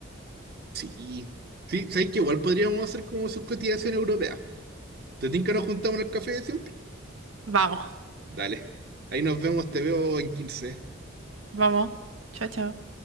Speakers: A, on the right; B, on the right.
A: Sí. Sí, ¿sabes qué? Igual podríamos hacer como sus cotizaciones europeas. ¿Te tinca nos juntamos en el café de siempre?
B: Vamos.
A: Dale. Ahí nos vemos, te veo en 15
B: Vamos. Chao, chao.